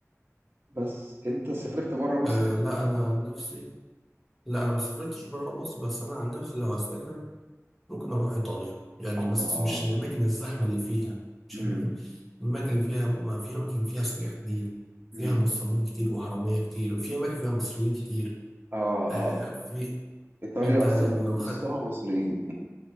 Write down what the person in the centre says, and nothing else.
آه
لا
انا عن نفسي لا انا ما سافرتش بره مصر بس انا عن نفسي لو هسافر ممكن اروح ايطاليا يعني
بس مش الاماكن الزحمه اللي فيها مش
الاماكن الاماكن اللي فيها ما في اماكن فيها سياح كتير فيها
نصابين كتير وحراميه كتير وفي اماكن فيها مصريين كتير
آه
في
انت يعني
لو خدت